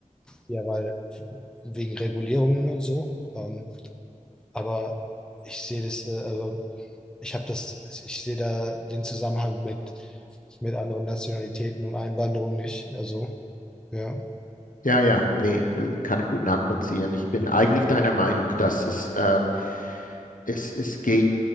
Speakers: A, in the centre; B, on the left (about 75°).
A: ja, weil wegen Regulierungen und so. Ähm, aber ich sehe das, äh, also ich habe das, ich sehe da den Zusammenhang mit, mit anderen Nationalitäten und Einwanderung nicht. Also, ja.
B: ja, ja. Nee, äh, kann ich gut nachvollziehen. Ich bin eigentlich deiner Meinung, dass es, ähm, es, es geht,